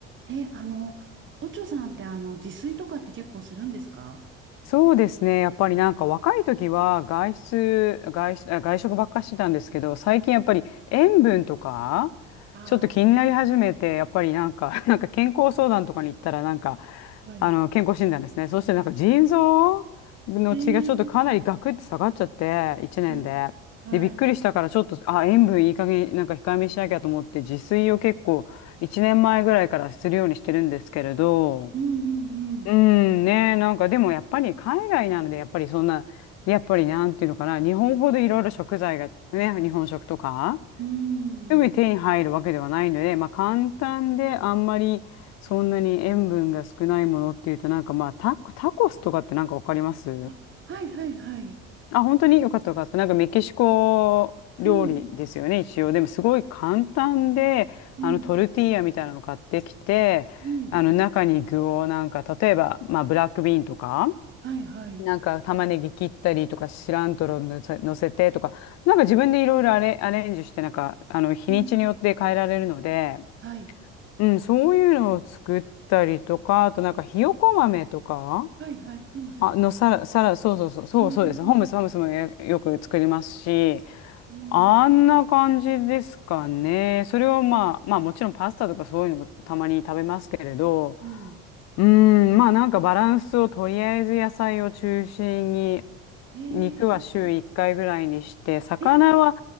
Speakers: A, on the right; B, on the left.
A: え、あの、おちょさんってあの、自炊とかって結構するんですか
B: そうですね。やっぱりなんか若い時は外出、外出、あ外食ばっかしてたんですけど、最近やっぱり塩分とか、
A: ああ
B: ちょっと気になり始めて、やっぱりなんか、<laughs> なんか健康相談とかに行ったら、なんか、
A: ー、はい。
B: あの、健康診断ですね。そしてなんか腎臓の血がちょっとかなりガクって下がっちゃって、
A: えー、
B: 1年で。
A: はい、はい。
B: で、びっくりしたから、ちょっと、あ、塩分いい加減、なんか控えめにしなきゃと思って、自炊を結構1年前ぐらいからするようにしてるんですけれど、
A: うんうん
B: うん、ね、なんかでもやっぱり海外なので、やっぱりそんな、やっぱりなんていうのかな、日本ほどいろいろ食材がね、日本食とか、
A: うん。うん。
B: すぐに手に入るわけではないので、まあ簡単であんまりそんなに塩分が少ないものっていうと、なんかまあタコ、タコスとかってなんかわかります
A: あ、はいはいはい。
B: あ、本当によかったよかった。なんかメキシコ料理ですよね、
A: うん
B: 一応。でもすごい簡単で、
A: うん
B: あのトルティーヤみたいなの買ってきて、
A: うん。
B: あの中に具をなんか、例えば、まあブラックビーンとか、
A: はいはい。
B: なんか玉ねぎ切ったりとか、シラントロのせ乗せてとか、なんか自分でいろいろアレ、アレンジして、なんか、あの、日にちによって変えられるので、
A: うん。はい。
B: うん、そういうのを作ったりとか、あとなんかひよこ豆とか、
A: えはいはい。フムスみたい。
B: あのサラ、サラ、そうそうそう、そうそうです。
A: うん
B: ホームス、ホームスもよよく作りますし、
A: うん
B: あんな感じですかね。それをまあ、まあもちろんパスタとかそういうのもたまに食べますけれど、
A: うん。
B: うーん、まあなんかバランスをとりあえず野菜を中心に
A: へえー。
B: 肉は週1回ぐらいにして、魚は、
A: え、